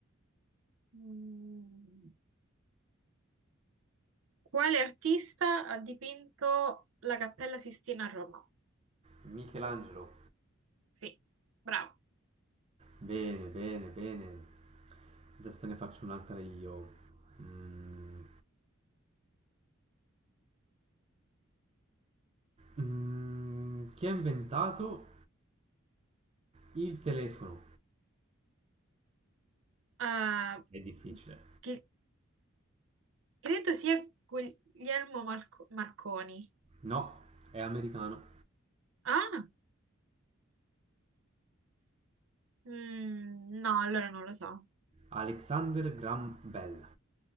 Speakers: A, on the right; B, on the right.
A: Mm. Quale artista ha dipinto la Cappella Sistina a Roma?
B: Michelangelo.
A: Sì, bravo.
B: Bene, bene, bene. Adesso te ne faccio un'altra io. Mm, mm, chi ha inventato il telefono?
A: Ah,
B: È difficile.
A: che credo sia Guglielmo Marco- Marconi.
B: No, è americano.
A: Ah, mm, no, allora non lo so.
B: Alexander Graham Bell.